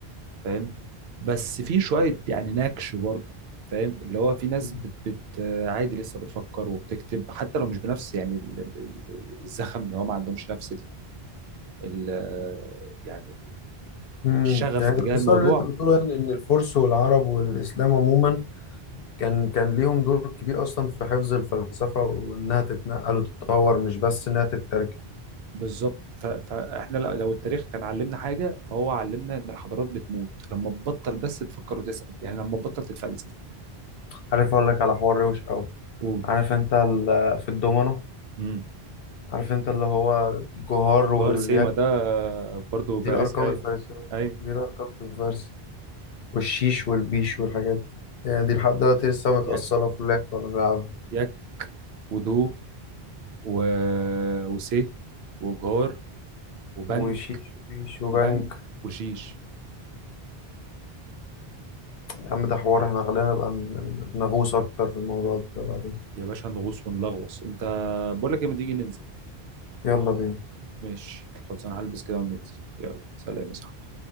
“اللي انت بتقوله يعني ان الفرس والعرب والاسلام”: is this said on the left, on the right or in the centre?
Left